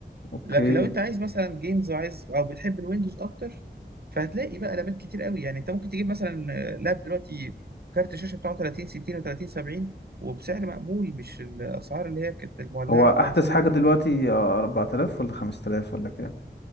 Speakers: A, on the left; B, on the right.
A: اوكي
B: لكن لو انت عايز مثلا جيمز وعايز او بتحب الويندوز اكتر فهتلاقي بقى لابات كتير قوي يعني انت ممكن تجيب مثلا آه، لاب دلوقتي كارت الشاشه بتاعه 30 60 و30 70 وبسعر مقبول مش الاسعار اللي هي كانت المولعه
A: هو احدث
B: بتاعت زمان
A: حاجه
B: دي
A: دلوقتي 4000 ولا 5000 ولا كام